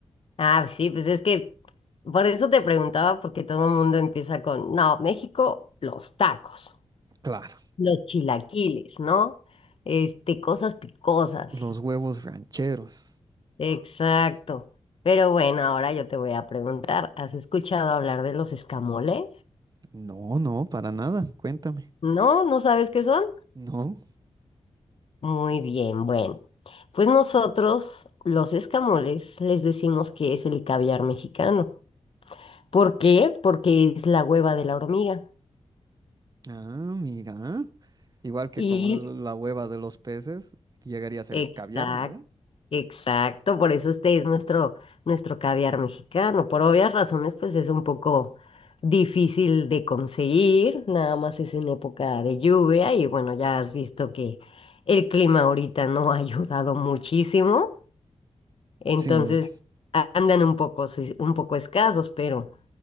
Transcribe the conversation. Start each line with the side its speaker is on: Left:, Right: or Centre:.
Left: Ah, sí, pues es que por eso te preguntaba, porque todo el mundo empieza con, no, México, los tacos,
Right: Claro,
Left: los chilaquiles, ¿no? Este, cosas picosas.
Right: los huevos rancheros.
Left: Exacto. Pero bueno, ahora yo te voy a preguntar, ¿has escuchado hablar de los escamoles?
Right: No, no, para nada, cuéntame.
Left: ¿No? ¿No sabes qué son?
Right: No.
Left: Muy bien, bueno. Pues nosotros, los escamoles, les decimos que es el caviar mexicano. ¿Por qué? Porque es la hueva de la hormiga.
Right: Ah, mira. Igual que
Left: Y
Right: como la hueva de los peces, llegaría a ser
Left: exacto,
Right: caviar, ¿no? ve?
Left: exacto, por eso este es nuestro, nuestro caviar mexicano. Por obvias razones, pues es un poco difícil de conseguir, nada más es en época de lluvia y bueno, ya has visto que el clima ahorita no ha <laughs> ayudado muchísimo. Entonces,
Right: Sí,
Left: a- andan un poco, sí, un poco escasos, pero